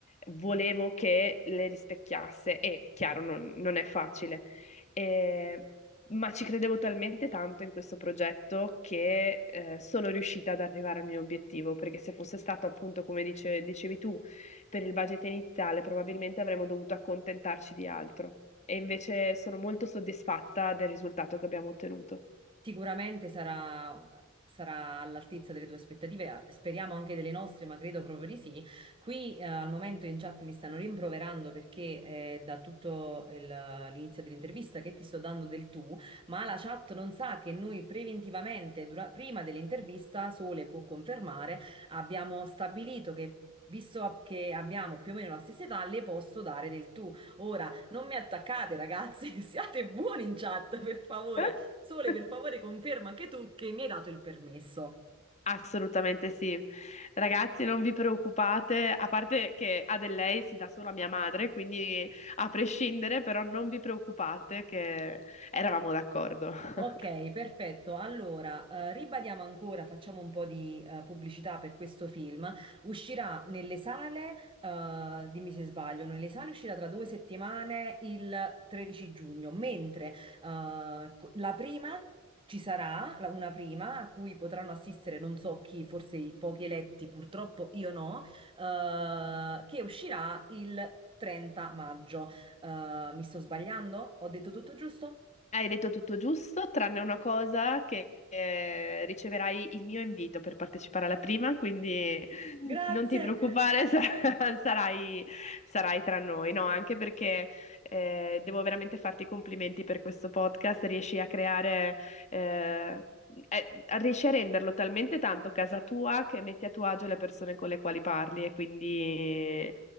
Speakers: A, on the left (about 35°); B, on the right (about 25°).
A: volevo che le rispecchiasse e chiaro, non, non è facile. Eh, Ma ci credevo talmente tanto in questo progetto che eh, sono riuscita ad arrivare al mio obiettivo, perché se fosse stato appunto, come dice- dicevi tu, per il budget iniziale probabilmente avremmo dovuto accontentarci di altro. E invece sono molto soddisfatta del risultato che abbiamo ottenuto.
B: Sicuramente sarà, sarà all'altezza delle tue aspettative, speriamo anche delle nostre, ma credo proprio di sì. Qui eh, al momento in chat mi stanno rimproverando perché eh, da tutto il- l'inizio dell'intervista che ti sto dando del tu, ma la chat non sa che noi preventivamente, dura- prima dell'intervista, Sole può confermare, abbiamo stabilito che... Visto a- che abbiamo più o meno la stessa età, le posso dare del tu. Ora, non mi attaccate, ragazzi, <laughs> siate buoni in chat, per favore.
A: <laughs>
B: Sole, per favore, conferma anche tu che mi hai dato il permesso.
A: Assolutamente sì. Ragazzi, non vi preoccupate, a parte che a del lei si dà solo a mia madre, quindi a prescindere, però non vi preoccupate che eravamo d'accordo. <laughs>
B: Ok, perfetto. Allora, eh, ribadiamo ancora, facciamo un po' di eh, pubblicità per questo film. Uscirà nelle sale, eh, dimmi se sbaglio, nelle sale uscirà tra due settimane il 13 giugno, mentre eh, co- la prima ci sarà, la- una prima a cui potranno assistere non so chi, forse i pochi eletti, purtroppo io no, eh, che uscirà il 30 maggio. Eh, mi sto sbagliando? Ho detto tutto giusto?
A: Hai detto tutto giusto, tranne una cosa che eh, riceverai il mio invito per partecipare alla prima, quindi
B: Grazie.
A: non ti preoccupare, <laughs> sar- sarai, sarai tra noi, no? Anche perché eh, devo veramente farti i complimenti per questo podcast, riesci a creare, eh, eh, riesci a renderlo talmente tanto casa tua che metti a tuo agio le persone con le quali parli e quindi